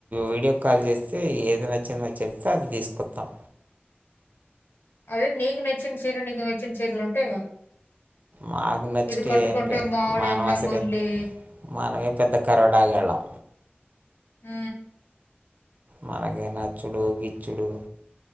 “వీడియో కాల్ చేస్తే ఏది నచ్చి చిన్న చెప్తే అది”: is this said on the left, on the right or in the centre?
Right